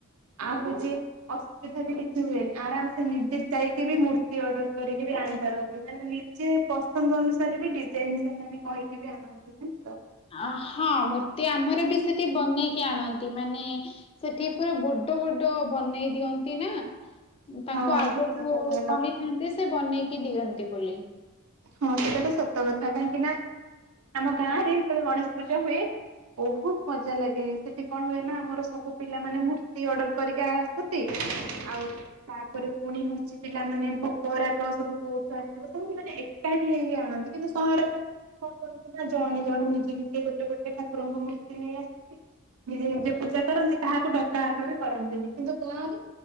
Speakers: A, on the right (about 75°); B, on the left (about 25°).
A: ଆଉ କିଚି ଅସୁବିଧା ବି କିଛି ହୁଏନି ଆରାମ ସେ ନିଜେ ଯାଇକି ବି ମୂର୍ତ୍ତି ଅର୍ଡର କରିକି ବି ଆଣିପାରନ୍ତି ମାନେ ନିଜେ ପସନ୍ଦ ଅନୁସାରେ ବି ଡିଜାଇନ ସବୁ ସେମାନେ କହିକି ବି ଆଣନ୍ତି ଠିକ୍ ତ?
B: ଅ ହଁ ମୂର୍ତ୍ତି ଆମର ବି ସେଠି ବନେଇକି ଆଣନ୍ତି ମାନେ ସେଠି ପୁରା ବଡ଼ ବଡ଼ ବନେଇ ଦିଅନ୍ତି ନା? ତାଙ୍କୁ
A: ହଁ
B: ଆଗରୁ
A: ଠିକ କଥା କହିଲ
B: କହିଥାନ୍ତି ସେ ବନେଇକି ଦିଅନ୍ତି ବୋଲି।
A: ହଁ ସେଇଟା ତ ସତ କଥା କାହିଁକି ନା ଆମ ଗାଁ ରେ ଯେତେବେଳେ ଗଣେଶ ପୂଜା ହୁଏ? ବହୁତ ମଜା ଲାଗେ ସେଠି କଣ ହୁଏ ନା ଆମର ସବୁ ପିଲାମାନୋନେ ମୂର୍ତ୍ତି ଅର୍ଡର କରିକି ଆ ତତେ ଆଉ ତାପରେ ପୁଣି ହଉଛି ପିଲାମାନେ ଭୋଗ ରାଗ ସବୁ କୋଉଠୁ ଆସିବ ସବୁ ମାନେ ଏକାଠି ହେଇକି ଆଣନ୍ତି କିନ୍ତୁ ସହରେ? କଣ କରନ୍ତି ନା ଜଣେ ଜଣେ ନିଜେ ନିଜେ ଗୋଟେ ଗୋଟେ ଠାକୁରଙ୍କ ମୂର୍ତ୍ତି ନେଇ ଆସନ୍ତି। ନିଜେ ନିଜେ ପୂଜା କରନ୍ତି କାହାକୁ ଡକା ହକା ବି କରନ୍ତିନି କିନ୍ତୁ ଗାଁରେ